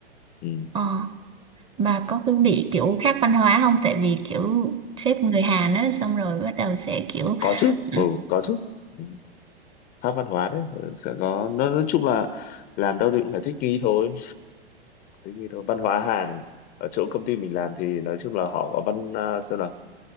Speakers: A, on the left (about 25°); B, on the right (about 15°).
A: ừ.
B: ờ Mà có cứ bị kiểu khác văn hóa không? Tại vì kiểu sếp người Hàn á xong rồi bắt đầu sẽ kiểu
A: có chứ
B: ừ,
A: ừ, có chứ ừ. khác văn hóa đấy ờ, sẽ có nó nói chung là làm đâu thì cũng phải thích nghi thôi thích nghi thôi văn hóa Hàn ở chỗ công ty mình làm thì nói chung là họ có văn à, sao nào